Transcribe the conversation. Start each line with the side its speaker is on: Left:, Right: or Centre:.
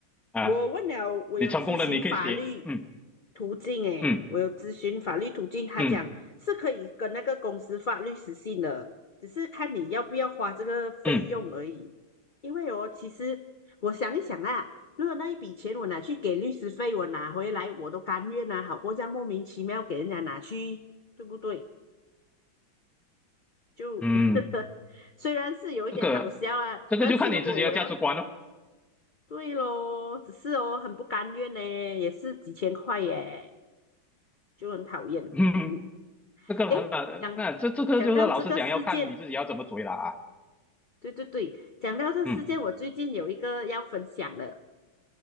Centre: 啊，
Left: 我问了，我有咨询法律
Centre: 你成功了，你可以写，嗯
Left: 途径，诶，
Centre: 嗯
Left: 我有咨询法律途径，他讲是可以跟那个公司法律实行的，
Centre: 嗯
Left: 只是看你要不要花这个费用而已。
Centre: 嗯
Left: 因为哦，其实我想一想啊，如果那一笔钱我拿去给律师费，我拿回来我都甘愿啊，好过这样莫名其妙给人家拿去，对不对？就
Centre: 嗯，
Left: <laughs> 虽然是有一点好笑啊，
Centre: 这个这个就看你自己的价值观了、
Left: 但是如果我要
Centre: 哦，
Left: 对咯，只是哦，很不甘愿呢，也是几千块耶，就很讨厌。
Centre: <laughs> 嗯，
Left: 嗯，
Centre: 这个很难，
Left: 诶，讲讲到这个事件，
Centre: 那这这个就是老实讲，要看你自己要怎么追了啊，
Left: 对对对，讲到这事件，
Centre: 嗯
Left: 我最近有一个要分享的，